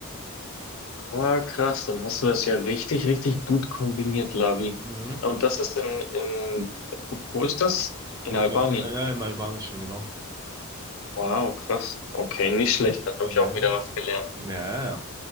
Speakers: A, on the left; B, on the right.
A: Ah, krass. Dann hast du das ja richtig, richtig gut kombiniert, Lavi.
B: Mhm.
A: Und das ist in, in, wo ist das? In
B: Im,
A: Albanien.
B: Al- ja, im Albanischen, genau.
A: Wow, krass. Okay, nicht schlecht. Dann
B: Nee.
A: habe ich auch wieder was gelernt.
B: Ja, ja, ja.